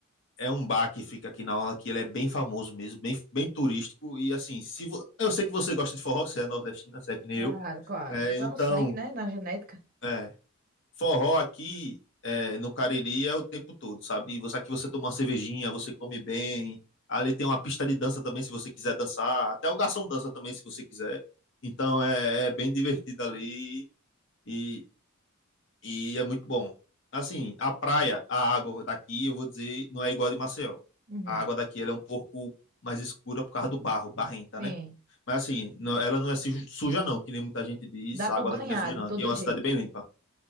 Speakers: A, on the left (about 55°); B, on the right (about 40°).
A: É um bar que fica aqui na orla, que ele é bem famoso mesmo, bem, bem turístico. E assim, se vo- eu sei que você gosta de forró, você é nordestino, você é que nem
B: Claro,
A: eu.
B: claro.
A: É,
B: Lá
A: então,
B: no sangue, né? Na genética.
A: é, Forró aqui é, no Cariri é o tempo todo, sabe? Você aqui você toma uma cervejinha, você come bem. Ali tem uma pista de dança também, se você quiser dançar. Até o garçom dança também, se você quiser. Então é, é bem divertido ali e, e é muito bom. Assim, a praia, a água daqui, eu vou dizer, não é igual a de Maceió.
B: Uhum.
A: A água daqui ela é um pouco mais escura por causa do barro, barrenta,
B: Sim.
A: né? Mas assim, não- ela não é suja, não, que nem muita gente diz.
B: Dá
A: A
B: pra
A: água
B: banhar
A: daqui não é suja, não.
B: de todo
A: Aqui é uma
B: jeito.
A: cidade bem limpa.